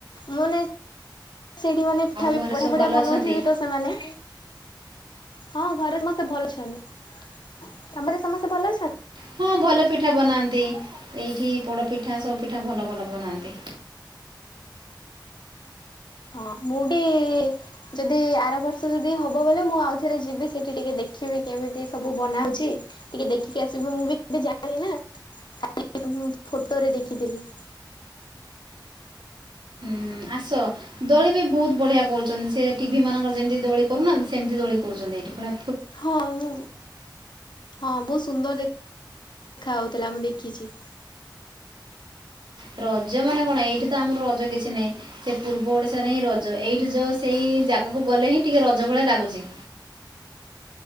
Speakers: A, on the left; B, on the right.
A: ମୁଁ ନେଇ ସେଇଠି ମାନେ ପିଠା ଆଉ
B: ଘରେ
A: ବଢିଆ
B: ସବୁ
A: ବଢିଆ
B: ଭଲ
A: ବନଉଥିବି
B: ଅଛନ୍ତି?
A: ତ ସେମାନେ ହଁ ଘରେ ସମସ୍ତେ ଭଲ ଅଛନ୍ତି ତମର ସମସ୍ତେ ଭଲ ଅଛନ୍ତି
B: ହଁ ଭଲ ପିଠା ବନାନ୍ତି ଏଇଠି ପୋଡ଼ପିଠା ସବୁ ପିଠା ଭଲ ଭଲ ବନାନ୍ତି
A: ହଁ ମୁଁ ଡି ଯଦି ଆର ବର୍ଷ ଯଦି ହବ ବୋଲେ ମୁଁ ଆଉଥରେ ଯିବି ସେଠି ଟିକେ ଦେଖିବି କେମିତି ସବୁ ବନାଉଛି ଟିକେ ଦେଖିକି ଆସିବୁ ମୁଁ ବି କେବେ ଜାଇନି ନା ଖାଲି ମୁଁ ଫଟୋରେ ଦେଖିଥିଲି
B: ହୁଁ ଆସ ଦୋଳି ବି ବହୁତ ବଢିଆ କରୁଛନ୍ତି ସେ ଟିଭି ମାନଙ୍କର ଯେମିତି ଦୋଳି କରୁନାହାନ୍ତି ସେମିତି ଦୋଳି କରୁଛନ୍ତି ଏଠି ପରା
A: ହଉ ମୁଁ ହଁ ବହୁତ ସୁନ୍ଦର ଦେ ଖା ହଉଥିଲା ମୁଁ ଦେଖିଛି
B: ହୁଁରଜ ମାନେ କଣ ଏଇଠି ତ ଆମର ରଜ କିଛି ନାହିଁ ସେ ପୂର୍ବ ଓଡିଶାରେ ହିଁ ରଜ ଏଇଠି ଯୋ ସେଇ ଜାଗାକୁ ଗଲେ ହିଁ ଟିକେ ରଜ ଭଳିଆ ଲାଗୁଛି